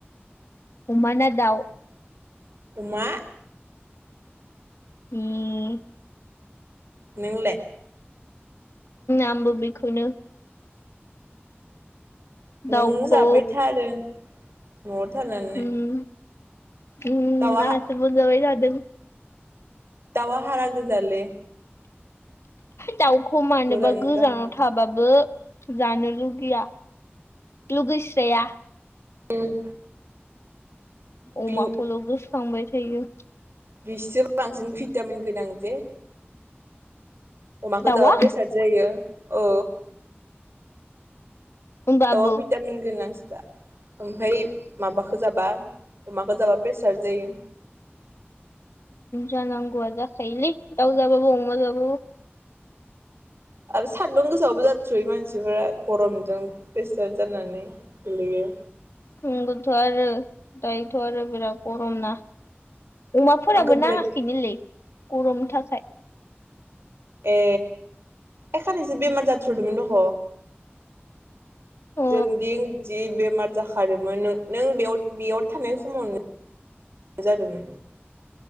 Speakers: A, on the left; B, on the right.
A: अमाना दाउ?
B: अमा
A: उम
B: नोंलाय
A: आमबो बेखौनो
B: नों
A: दाउखौ
B: जाबाय था आरो न'आव थानानै
A: उम उम
B: दाउआ
A: आंहासो मोनदांबाय थादों
B: दावा हारा गोजालै
A: दाउखौ मानोबा
B: जानो
A: गोजानाव
B: गाहाम मोनो
A: थाबा बो जानो लुगैया लुगैस्राया।
B: उम
A: अमाखौल
B: बि
A: गोसोखांबाय थायो।
B: बिसोर बांसिन भिटामिन गोनां जे अ मा
A: दाउआ
B: दाब फेसाद जायो अ
A: होमबाबो
B: दाउ या भिटामिन गोनांसो दा। आमफ्राय माबाखौ जाबा अमाखौ जाबा प्रेसार जायो।
A: जानांगौआ जाखायोलै दाउ जाबाबो अमा जाबाबो।
B: आरो सानदुं गोसायावबो जाथ्रायो मानसिफोरा गरमजों प्रेसार जानानै गोलैयो।
A: नंगौथ आरो दायोथ' आरो बिराद गरम ना? अमाफोराबो
B: आंखौ बिराद
A: नाङाखैनोलै गरमनि थाखाय
B: ए एखानायसो बेमार जाथदोंमोन दह
A: अ
B: जों दि जि बेमार जाखादोमोन। नों नों बेयाव बेयाव थानाय समावनो। जादोंमोन